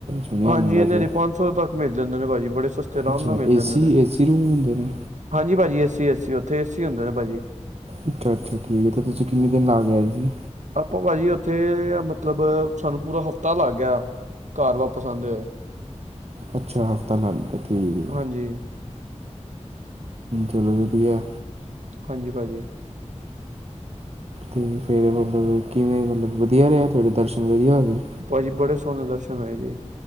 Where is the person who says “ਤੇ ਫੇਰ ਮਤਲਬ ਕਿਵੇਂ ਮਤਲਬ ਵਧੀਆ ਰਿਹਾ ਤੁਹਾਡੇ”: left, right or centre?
Right